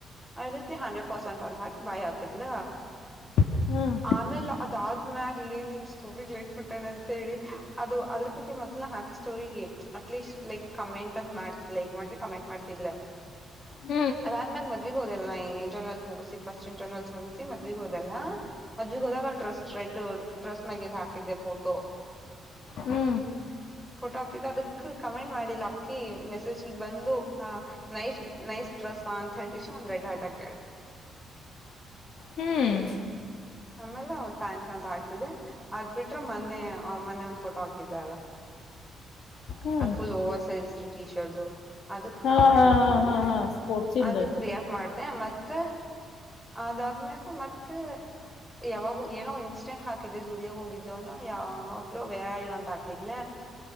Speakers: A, in the centre; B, on the left.
A: ಅದಕ್ಕೆ ಹಂಡ್ರೆಡ್ ಪರ್ಸೆಂಟ್ ಅಂತ ಹಾಕಿ ಬಾಯ ಹಾಕಿದ್ಲ
B: ಹ್ಮ್
A: ಆಮೇಲ್ ಅದಾದ್ಮ್ಯಾಗಲಿ ನೀನ್ ಸ್ಟೋರಿಗ್ೈಟ್ಬಟ್ಟೇನೆ ಅಂತೇಳಿ ಅದು ಅದ್ರ ಯಾಕಂತ ಮೊದ್ನ ಹಾಕಿ ಸ್ಟೋರಿರಿಗೆ ಅಟ್ಲೀಸ್ಟ್ ಲೈಕ್ ಕಮೆಂಟ್ ಅಂತ ಮಾಡ್ತಿ ಲೈಕ್ ಮಾಡ್ತಿವಿ ಕಮೆಂಟ್ ಮಾಡ್ತಿಾ
B: ಹ
A: ಅದಾದ್ಮ್ಯಾಗ ಮದ್ವಿಿಗೆ ಹೋದೆಲ್ಲ ನಾ ಇಂಟರ್ನಲ್ಸ್ ಮುಗಿಸಿಿ ಫಸ್ಟ್ ಇಂಟರ್ನಲ್ ಮುಗಿಸಿ ಮದ್ವಿಗ ಹೋದೆಲ್ಲಾ ಮದ್ ಈಗ ಹೋದಾಗ ಡ್ರೆಸ್ ರೆಡ್ ಡ್ರೆಸ್ ಮಗಿಂದ ಹಾಕಿದ್ದೆ ಫೋಟೋ
B: ಹ್ಮ್
A: ಫೋಟೋ ಹಾಕಿದ್ದ ಅದಕ್ ಕಮೆಂಟ್ ಮಾಡಿಿಲ್ಲ ಅಕ್ಕಿ ಮೆಸೇಜ್ ಬಂದು ಆ ನೈಸ್ ನೈಸ್ ಡ್ರೆಸ್ಸ ಅಂತ ಹೇಳಕಷ ಒಂದ್ರೆಡ್ ಆಟಾ ಕೇಳಿ
B: ಹ್ಮ್
A: ಆಮೇಲೆ ಥ್ಯಾಂಕ್ಸ್ ಅಂತ ಹಾಕಿದ್ದೆ ಅದ್ ಬಿಟ್ರೆ ಮೊೆ ಮೊನೆೆ ಒಂದ್ ಫೋಟೋ ಹಾಕಿದ್ದೆ ಅಲ್ಲ
B: ಹ್ಮ್
A: ಅದ full over sized T shirt ಅದಕ್
B: ಹಾ
A: ಕಮೆಂಟ್
B: ಹಾ
A: ಹಾಕ್ತ
B: ಹಾ
A: ಲ್ಲ
B: ಹಾ ಹಾ ಸ್ಪೋರ್ಟ್ಸಿಂದ
A: ಅದ ಕರಿಯಾಕ್ ಮಾಡ್ದ ಮತ್ತ ಅದಾದ್ಮ್ಯಾಗ ಮತ್ತ ಯಾವಾಗ ಏನೋ ಇನ್ಸ್ಟೆಂಟ್ ಹಾಕಿದೆ ುಡಿಯೋಗ ಹೋಗಿದ್ದುನೋ ಯಾವಬ್್ರರು ವೇರ ಇವ ಅಂತ ಹಾಕಿದ್ಲ